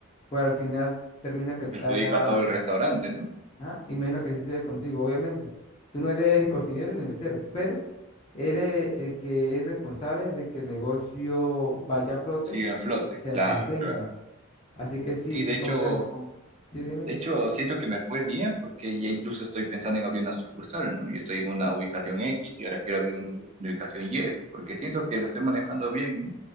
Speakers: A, on the left; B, on the right.
A: pues al final termina afectar
B: Perjudica
A: la...
B: a todo el restaurante, ¿no?
A: ah, Imagino que así sucede contigo, obviamente. Tú no eres <laughs> el cocinero ni mesero, pero eres el que es responsable de que el negocio vaya a flote
B: Sigue en flote,
A: y se
B: claro,
A: mantenga.
B: claro.
A: Así que sí,
B: Sí,
A: sí
B: de
A: comprendo.
B: hecho,
A: Sí, dime.
B: de hecho, siento que me fue bien porque ya incluso estoy pensando en abrir una sucursal, ¿no? Yo estoy en una ubicación X y ahora quiero abrir una ubi- ubicación Y, porque siento que lo estoy manejando bien, ¿no?